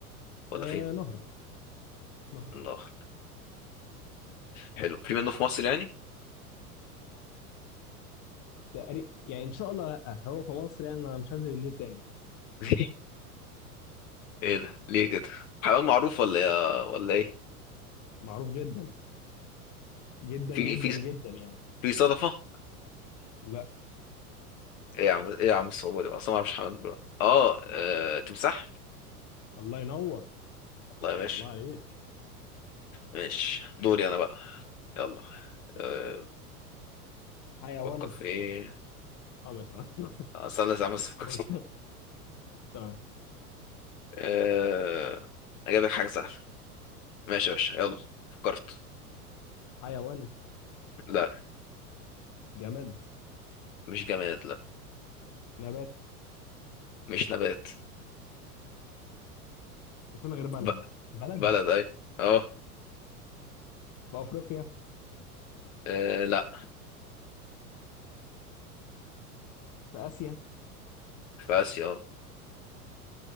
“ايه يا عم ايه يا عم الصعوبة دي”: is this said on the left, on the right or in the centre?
Left